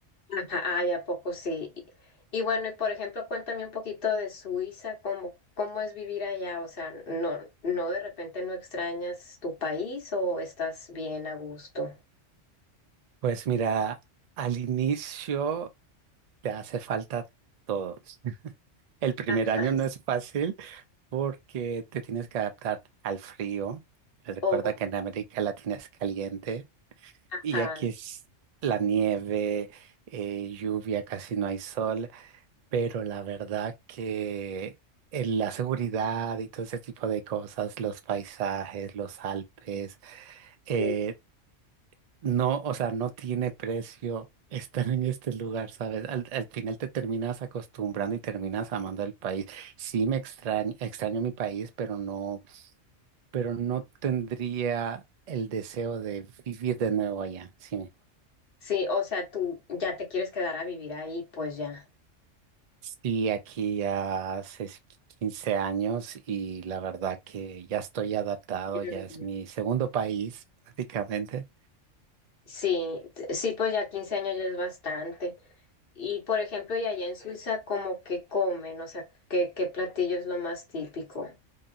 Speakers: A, on the left (about 50°); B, on the right (about 80°).
A: Ajá, ay, ¿a poco sí? Y, y bueno, y por ejemplo, cuéntame un poquito de Suiza, cómo, cómo es vivir allá, o sea, no, no de repente no extrañas tu país o estás bien a gusto.
B: Pues mira, al inicio te hace falta todo. El primer
A: Ajá,
B: año no es fácil porque te tienes que adaptar al frío. Recuerda
A: O,
B: que en América Latina es caliente. Y
A: ajá,
B: aquí es la nieve, eh, lluvia, casi no hay sol, pero la verdad que en la seguridad y todo ese tipo de cosas, los paisajes, los Alpes, eh,
A: mm,
B: no, o sea, no tiene precio estar en este lugar, ¿sabes? Al, al final te terminas acostumbrando y terminas amando el país. Sí me extraño, extraño mi país, pero no, pero no tendría el deseo de vivir de nuevo allá, ¿sí?
A: sí, o sea, tú ya te quieres quedar a vivir ahí, pues ya.
B: Sí, aquí ya hace 15 años y la verdad que ya estoy adaptado,
A: Mm.
B: ya es mi segundo país prácticamente.
A: Sí, t- sí, pues ya 15 años ya es bastante. Y por ejemplo, y allá en Suiza, ¿cómo que comen? O sea, ¿qué, qué platillo es lo más típico?